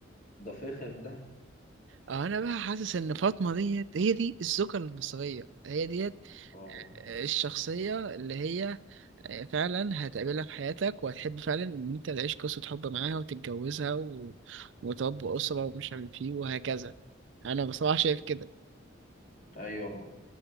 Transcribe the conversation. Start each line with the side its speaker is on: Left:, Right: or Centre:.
Left: ده فخم ده
Right: اه انا بقى حاسس ان فاطمة ديت هي دي الزوجة المصرية هي ديت
Left: اه
Right: آه، الشخصية اللي هي آه، فعلا هتقابلها في حياتك وهتحب فعلا ان انت تعيش قصة حب معاها وتتجوزها و... وتربي أسرة ومش عارف ايه وهكذا انا بصراحة شايف كده
Left: أيوه